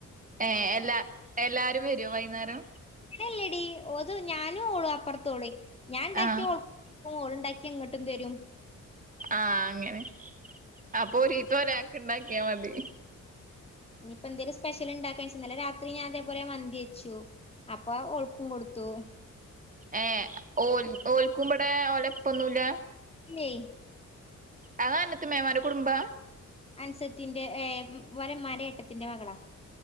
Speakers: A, on the right; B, on the left.
A: ഏ എല്ലാ എല്ലാരും വരോ വൈന്നേരം.
B: ല്ലെടി ഓതു ഞാനും ഓളു അപ്പുറത്തോള ഞാൻ ഇണ്ടാക്കി
A: ആ
B: ഓക്കും. ൾ ണ്ടാക്കി ഇങ്ങട്ടും തരും
A: ആഹ അങ്ങനെ അപ്പൊ ഒരീസം ഒരാൾക്ക്‌ ഇണ്ടാക്കിയാമതി.
B: ഇനിപ്പൊ ന്തേലും സ്പെ്സൽ ഇണ്ടാക്കാച്ച് ന്നലെ രാത്രി ഞാൻ അതേപോലെ മന്തിയച്ചു. അപ്പൊ ഒളുക്കും കൊടുത്തു.
A: ഏ ഓ ഓൽക്കുമ്പടെ ഓലപ്പൊന്നുല്ല.
B: ഏയ്‌.
A: അത അന്നത്ത് മേമാരു കുടുംബ.
B: അൻസത്തിന്റെ ഏ വരമാരേട്ടത്തിന്റെ മകളാ.